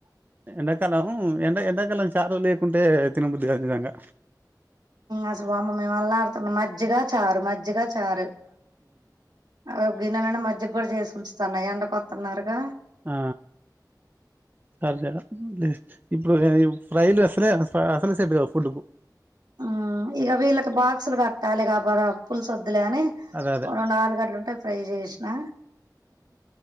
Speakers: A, on the right (about 25°); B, on the right (about 70°).
A: ఎండాకాలం ఎండ ఎండాకాలం చార్ లేకుంటే తినబుద్ది కాదు నిజంగా.
B: అసలు వామ్మె మేము అల్లాడుతున్నాం. మజ్జిగా, చారు, మజ్జిగా చారు ఆ గిన్నే నిండా మజ్జిగా కూడా చేసి ఉంచుతున్నా ఎండ కొత్తున్నారుగా.
A: ఆ చార్జరా లేదు. ఇప్పుడు ఈ ఫ్రైలు అసలే అసలు సెట్ కావు ఫుడ్ కు.
B: ఆ ఇగ వీళ్ళకి బాక్సులు కట్టాలిగా బరా ఇగ పులుసు అద్ ద్దులే అని
A: అదే అదే
B: రెండు ఆలుగడ్డలు ఉంటే ఫ్రై చేసినా.